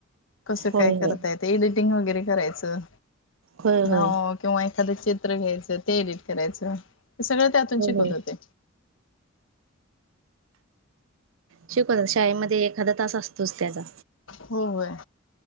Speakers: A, on the left; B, on the right.
A: कसं
B: होय
A: काय
B: होय
A: करतायेत एडिटिंग वगैरे करायचं
B: होय होय
A: ना किंवा एखादं चित्र घ्यायचं ते एडिट करायचं हे सगळं त्यातून
B: होय
A: शिकत
B: होय
A: होते.
B: शिकवतात शाळेमध्ये एखादा तास असतोच त्याचा
A: होय.